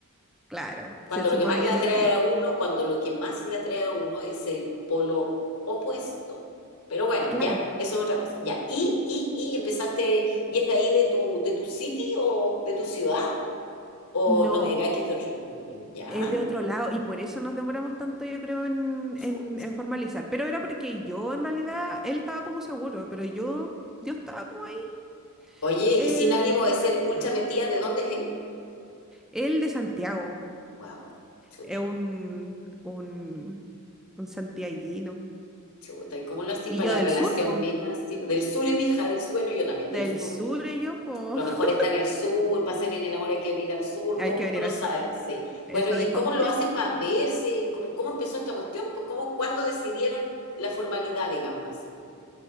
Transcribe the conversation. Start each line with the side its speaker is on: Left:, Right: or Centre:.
Centre: Claro,
Left: Cuando
Centre: se supone
Left: lo que más
Centre: que
Left: le
Centre: es
Left: atrae
Centre: distinto.
Left: a uno, cuando lo que más le atrae a uno es el polo opuesto. Pero bueno,
Centre: Claro,
Left: ya, eso es otra cosa. Ya. ¿Y, y, y empezaste, y es de ahí de tu, de tu city o de tu ciudad? O
Centre: no,
Left: no me digas que es de otro. mm, Ya.
Centre: es de otro lado y por eso nos demoramos tanto, yo creo, en,
Left: Fu-
Centre: en, en formalizar. Pero era porque yo, en realidad, él estaba como seguro, pero yo, yo estaba como ahí.
Left: Oye,
Centre: eh,
Left: y sin ánimo de ser ultra
Centre: perdón.
Left: metida, ¿de dónde es él?
Centre: Él de Santiago,
Left: Wow, chuta,
Centre: es un, un, un santiaguino.
Left: chuta. ¿Y cómo lo haces
Centre: Y
Left: para
Centre: yo
Left: la
Centre: del
Left: relación
Centre: sur, po.
Left: misma? Sí, del sur, mi hija, del sur, bueno, yo también
Centre: Del
Left: del sur,
Centre: sur y yo, po.
Left: Lo
Centre: <laughs>
Left: mejor está en el sur, para hacer bien el amor hay que venir al sur,
Centre: Hay
Left: todo
Centre: que
Left: el mundo
Centre: venir
Left: lo
Centre: al
Left: sabe,
Centre: sur,
Left: sí.
Centre: eso
Left: Bueno, ¿y
Centre: dijo.
Left: cómo lo hacen para verse? ¿Y cómo, cómo empezó esta cuestión? Pues, ¿cómo, cuándo decidieron la formalidad, digámoslo así?